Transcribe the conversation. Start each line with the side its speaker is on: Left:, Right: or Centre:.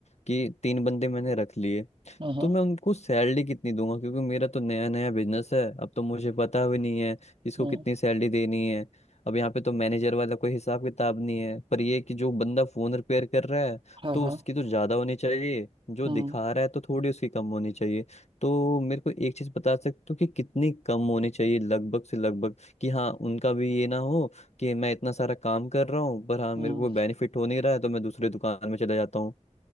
Left: कि तीन बंदे मैंने रख लिए
Right: हम्म
Left: तो मैं उनको सैलरी कितनी दूंगा क्योंकि मेरा तो नया नया बिजनेस है अब तो मुझे पता भी नहीं है किसको
Right: हम्म
Left: कितनी सैलरी देनी है अब यहाँ पे तो मैनेजर वाला कोई हिसाब किताब नहीं है पर ये कि जो बंदा फोन रिपेयर कर रहा है
Right: हाँ
Left: तो
Right: हाँ
Left: उसकी
Right: हाँ
Left: तो ज्यादा होनी चाहिए जो
Right: हम्म
Left: दिखा रहा है तो थोड़ी उसकी कम होनी चाहिए तो मेरे को एक चीज बता सकते हो कि कितनी कम होनी चाहिए लगभग से लगभग कि हाँ उनका भी ये ना हो कि मैं इतना सारा काम कर रहा हूँ पर हाँ मेरे
Right: हम्म
Left: को कोई बेनिफिट हो नहीं रहा है तो मैं दूसरे दुकान में चला जाता हूँ